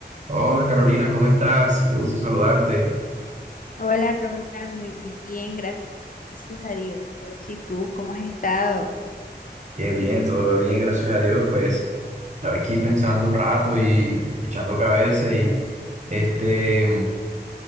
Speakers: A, on the right; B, on the left.
A: Hola Carolina, ¿cómo estás? Qué gusto saludarte.
B: Hola Ronald, muy bien, gracias a Dios. ¿Y tú cómo has estado?
A: Bien, bien, todo bien, gracias a Dios. Pues estaba aquí pensando un rato y echando cabeza y este